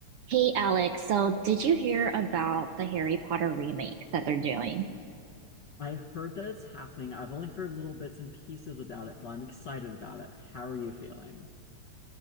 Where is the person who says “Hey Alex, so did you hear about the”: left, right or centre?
Right